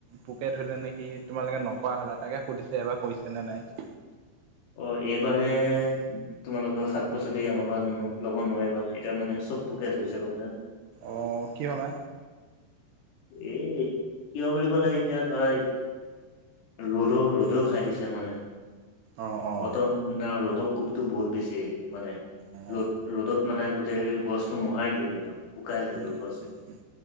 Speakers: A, on the right; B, on the left.
A: পোকে ধৰিলে নেকি তোমালোকে নকৰা হ'লা তাকে সুধিছে এইবাৰ কৰিছে নে নাই?
B: অ', এইবাৰ হে তোমালোকে শাক-পাচলি আমাৰ পৰা ল'ব নোৱাৰিবা এতিয়া মানে চব পোকে ধৰিছে, গ'ম পাইছা নে?
A: অ', কিয় বা?
B: এ কিয় বুলি ক'লে এতিয়া ধৰা ৰ'দও ৰ'দেও খাই দিছে মানে।
A: অ', অ'।
B: বতৰ মানে ৰ'দৰ কোপটো বহুত বেছি মানে,
A: অ
B: ৰ'দ ৰ'দত মানে গোটেই গছ মুহাৰি দিয়ে একদম। শুকাই যায়গৈ
A: উম, উম,
B: গছ
A: উম,